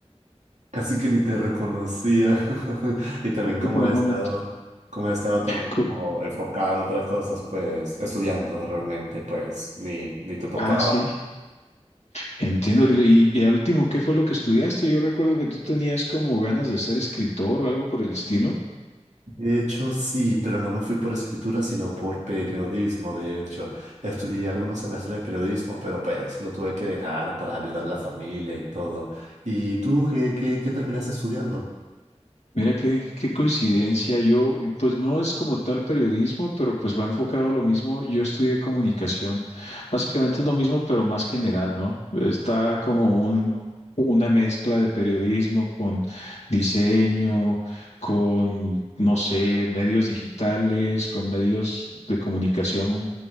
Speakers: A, on the right; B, on the left.
A: Casi que ni te reconocía. <laughs> Y también
B: Yo
A: cómo
B: por un
A: he estado,
B: momento.
A: cómo he estado también
B: Co-
A: como enfocado en otras cosas, pues estudiando realmente, pues ni, ni te topaba.
B: Ah, sí, entiendo. Y, y, y al último, ¿qué fue lo que estudiaste? Yo recuerdo que tú tenías como ganas de ser escritor o algo por el estilo.
A: De hecho, sí, pero no me fui por escritura, sino por periodismo, de hecho. Estudié algunos semestres de periodismo, pero pues lo tuve que dejar para ayudar a la familia y todo. ¿Y tú qué, qué, qué terminaste estudiando?
B: Mira qué, qué coincidencia. Yo, pues no es como tal periodismo, pero pues va enfocado a lo mismo. Yo estudié comunicación. Básicamente es lo mismo, pero más general, ¿no? Está como un, una mezcla de periodismo con diseño, con, no sé, medios digitales, con medios de comunicación,